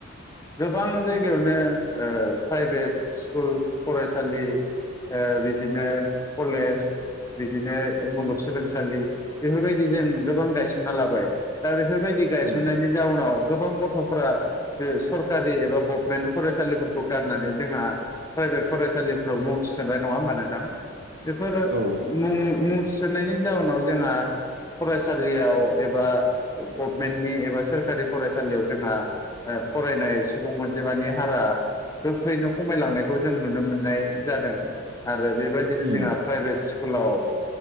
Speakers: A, on the left (about 15°); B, on the right (about 65°).
A: गोबां जायगायावनो ओ प्राइभेट स्कुल फरायसालि बिदिनो कलेज बिदिनो मुलुगसोलोंसालि बेफोरबायदि जों गोबां गायसनना लाबाय। दा बेफोरबायदि गायसननायनि
B: उम
A: जाउनाव गोबां गथ'फोरा बे सरकारि एबा गभमेन्ट फरायसालिफोरखौ गारनानै जोंहा प्राइभेट फरायसालिफोराव मुं थिसननाय नङा होनबा नोंथां? बेफोर
B: औ
A: मुं मुं थिसन्नायनि जाउनाव जोंहा फरायसालियाव एबा गभमेन्टनि एबा सोरखारि फरायसालियाव जोंहा फरायनाय सुबुं मोनजे मानानि हारा गोख्रैनो खमायलांनायखौ जों नुनो मोननाय जादों आरो बेबायदिनो
B: उम
A: जोंहा प्राइभेट स्कुलाव